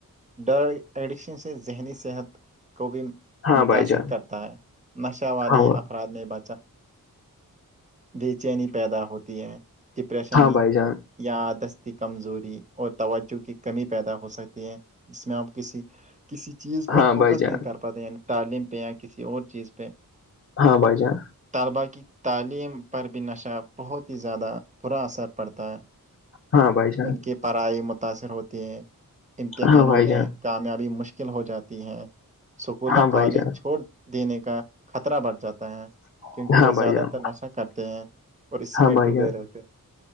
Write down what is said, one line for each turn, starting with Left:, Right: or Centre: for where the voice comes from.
Right: ڈر ایڈکشن سے ذہنی صحت کو بھی
Left: ہاں
Right: متاثر
Left: بھائی جان
Right: کرتا ہے نشہ والے
Left: ہاں
Right: افراد میں بچا بے چینی پیدا ہوتی ہے ڈپریشن
Left: بھائی جان
Right: یا دستی کمزوری اور توجہ کی کمی پیدا ہو سکتی ہے جس میں آپ کسی کسی چیز پر
Left: ہاں ہاں
Right: فوکس
Left: بھائی جان
Right: نہیں کر پ یعنی تعلیم پہ یا کسی اور چیز پہ
Left: ہاں بھائی جان
Right: طلبا کی تعلیم پر بھی نشہ بہت ہی زیادہ برا اثر پڑتا ہے
Left: ہاں بھائی جان
Right: ان کی پڑھائی متاثر ہوتی ہے امتحانوں
Left: ہاں بھائی جان
Right: میں کامیابی مشکل ہو جاتی ہے اسکولیا
Left: ہاں بھائی
Right: کالج
Left: جان
Right: چھوڑ دینے کا خطرہ بڑھ جاتا ہے کیونکہ
Left: ہاں
Right: وہ
Left: بھائی
Right: زیادہ
Left: جان
Right: تر نشہ کرتے ہیں اور اسی
Left: ہاں
Right: میں
Left: بھائی
Right: ڈوبے
Left: جان
Right: ہیں